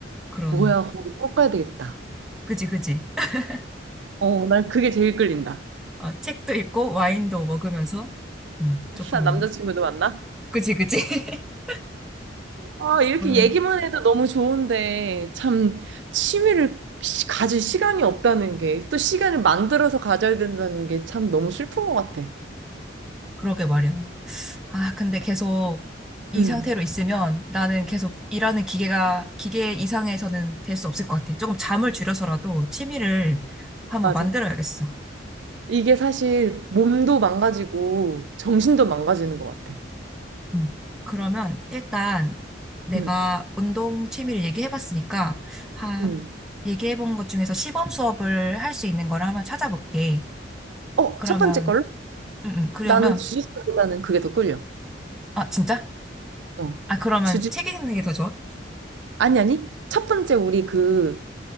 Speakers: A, in the centre; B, on the right (about 70°).
A: 그런,
B: 뭐야, 거기 꼭 가야 되겠다.
A: 그지, 그지. <laughs>
B: 어, 난 그게 제일 끌린다.
A: 아, 책도 읽고 와인도 먹으면서, 음, 조금,
B: 사 남자친구도 만나?
A: 그지, 그지. <laughs>
B: 아, 이렇게
A: 그래,
B: 얘기만 해도 너무 좋은데, 참, 취미를 시- 가질 시간이 없다는 게, 또 시간을 만들어서 가져야 된다는 게 참 너무 슬픈 것 같아.
A: 그러게 말이야. 아, 근데 계속 이
B: 응,
A: 상태로 있으면 나는 계속 일하는 기계가, 기계 이상에서는 될 수 없을 것 같아. 조금 잠을 줄여서라도 취미를 한번
B: 맞아.
A: 만들어야겠어.
B: 이게 사실 몸도 망가지고, 정신도 망가지는 것 같아.
A: 음. 그러면 일단 내가
B: 응,
A: 운동 취미를 얘기해봤으니까, 하,
B: 응.
A: 얘기해본 것 중에서 시범 수업을 할 수 있는 걸 한번 찾아볼게.
B: 어,
A: 그러면,
B: 첫 번째 걸로?
A: 음, 음, 그러면,
B: 나는 주짓수보다는 그게 더 끌려.
A: 아, 진짜?
B: 어.
A: 아, 그러면
B: 주짓,
A: 책 읽는 게 더 좋아?
B: 아니, 아니. 첫 번째 우리 그,